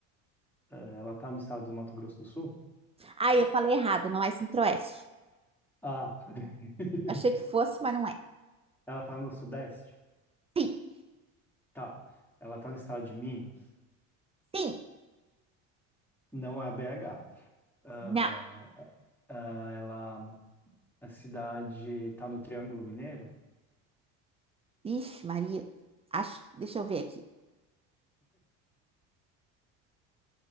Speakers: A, in the centre; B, on the right.
A: eh, Ela tá no estado do Mato Grosso do Sul?
B: Ah, eu falei errado, não é Centro-Oeste.
A: Ah. <laughs>
B: Eu Achei que fosse, mas não é.
A: Ela tá no sudeste?
B: Sim.
A: Tá. Ela tá no estado de Minas?
B: Sim.
A: Não é BH. Ah,
B: Não.
A: ah, ela, a cidade está no Triângulo Mineiro?
B: Vixe, Maria. Acho... Deixa eu ver aqui.